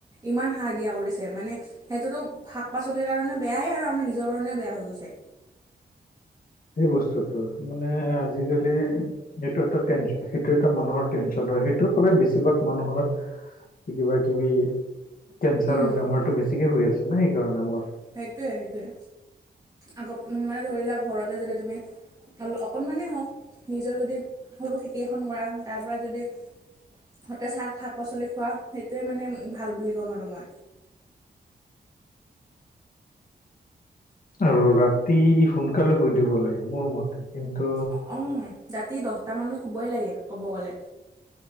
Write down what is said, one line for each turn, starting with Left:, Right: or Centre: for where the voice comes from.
Right: ইমান সাৰ দিয়া কৰিছে, মানে সেইটোতো শাক পাচলিৰ কাৰণে বেয়াই আৰু আমাৰ নি নিজৰ কাৰণে বেয়া হৈ গৈছে।
Left: সেই বস্তুটোৰ, মানে আজিকালি সেইটো এটা টেনচ সেইটো এটা মানুহৰ টেনচন হয়, সেইটোৰ পৰাই বেছিভাগ মানুহৰ কিবা কিবি, কেঞ্চাৰৰ
Right: উম
Left: বেমাৰটো বেছিকে হৈ আছে না সেই কাৰণে আমাৰ।
Right: সেইটোয়ে- সেইটোয়ে, আগত মানে ধৰি লোৱা ঘৰতে যদি তুমি অকণমানেই হওঁক নিজৰ যদি সৰু খেতি এখন কৰা তাৰ পৰা যদি সতেজা শা শাক-পাচলি খোৱা, সেইটোৱে মানে ভাল বুলি ক'ম আৰু মই।
Left: আৰু ৰাতি সোনকালে শুই দিব লাগে, মোৰ মতে। কিন্তু
Right: অ', অ', ৰাতি দহটামানত শুবই লাগে ক'ব গ'লে।